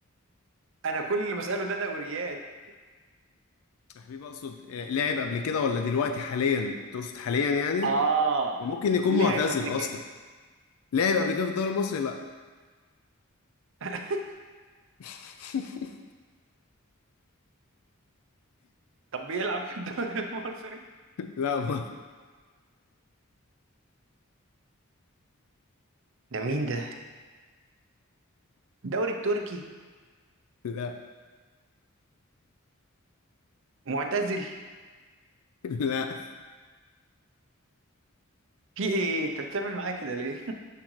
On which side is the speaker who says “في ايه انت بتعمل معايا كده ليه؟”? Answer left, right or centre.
Right